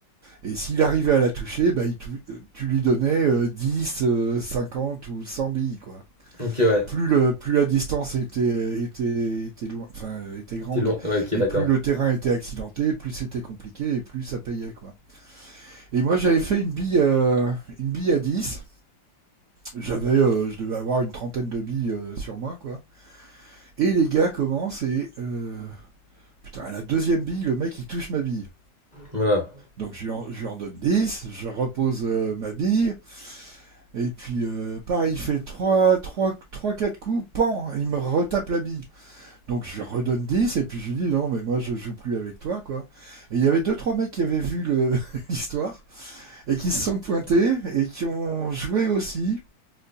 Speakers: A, on the right; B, on the right.
A: Et s'il arrivait à la toucher, bah, il tou- euh, tu lui donnais euh, 10, euh, 50 ou 100 billes, quoi.
B: Ok ouais.
A: Plus, le, plus la distance était, était, était, loin, enfin, euh, était grande
B: C'était long. Ouais. Ok
A: et
B: d'accord.
A: plus le terrain était accidenté, plus c'était compliqué et plus ça payait, quoi. Et moi, j'avais fait une bille, euh, une bille à 10. J'avais, euh, je devais avoir une trentaine de billes euh, sur moi, quoi. Et les gars commencent et... euh, putain, à la deuxième bille, le mec, il touche ma bille.
B: Voilà.
A: Donc je lui, en, je lui en donne 10, je repose euh, ma bille, et puis euh, pareil, il fait 3 3, 3, 4 coups, pan, il me retape la bille. Donc je lui redonne 10 et puis je lui dis non, mais moi je joue plus avec toi, quoi. Et il y avait deux trois mecs qui avaient vu l'histoire, <laughs> et qui se sont pointés, et qui ont joué aussi.